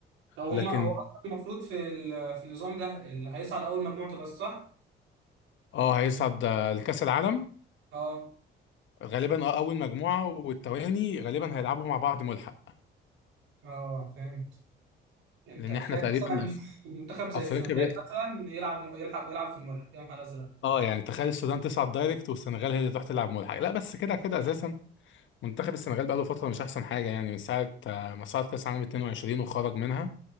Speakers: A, on the right; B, on the left.
A: لو هم
B: لكن
A: هو اصلا المفروض في ال- في النظام ده اللي هيصعد اول مجموعته بس صح؟
B: اه هيصعد آه، لكاس العالم
A: اه
B: غالبا اه اول مجموعه والتواني غالبا هيلعبوا مع بعض ملحق
A: اه فهمت يعني
B: لان
A: انت هتخيل
B: احنا تقريبا
A: مثلا <laughs> منتخب زي
B: افريقيا
A: السنغال
B: بقت
A: مثلا يلعب يلعب يلعب في الملعب يا نهار ازرق
B: اه يعني تخيل السودان تصعد دايركت والسنغال هي اللي تروح تلعب ملحق لا بس كده كده اساسا منتخب السنغال بقاله فتره مش احسن حاجه يعني من ساعه آه، ما صعد كاس عالم 22 وخرج منها